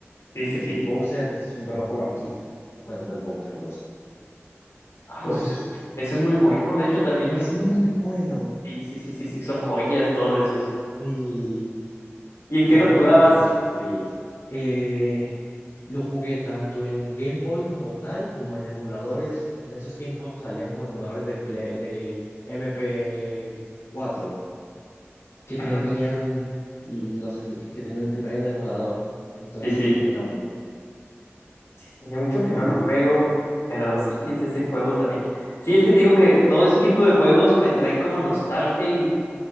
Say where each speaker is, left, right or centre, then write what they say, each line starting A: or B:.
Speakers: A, on the left; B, on the left.
A: sí, sí,
B: Que El
A: sí.
B: Bowser es un berraco barquito. Bueno, no es Bowser, los
A: Ah,
B: cosos.
A: pues ese, ese es muy bueno, de hecho también,
B: Es muy bueno.
A: sí, sí, sí, sí, sí, son joyas todos esos.
B: Sí.
A: ¿Y en
B: Me
A: qué lo
B: acuerdo
A: jugabas?
B: porque lo sufrí. Eh, lo jugué tanto en Game Boy como tal, como en emuladores. En esos tiempos salían como emuladores de Play- de mp cuatro que tenían
A: Ujú.
B: los que tenían que traían el emulador. Entonces
A: Sí, sí,
B: lo jugué en ambos.
A: sí, tiene mucho que
B: Fue
A: no
B: muy
A: lo juego,
B: bueno.
A: pero sí, es ese juego también. Sí, es que te digo que todo ese tipo de juegos me traen como nostalgia y.